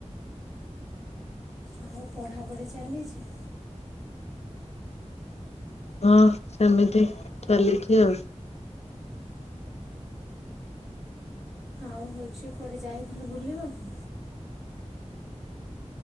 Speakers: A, in the centre; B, on the left.
A: ଆଉ ପଢ଼ାପଢ଼ି ଚାଲିଛି?
B: ହଁ ସେମିତି ଚାଲିଛି ଆଉ।
A: ହଉ ହଉଛି କୁଆଡେ ଯାଇଥିଲ ବୁଲିବାକୁ?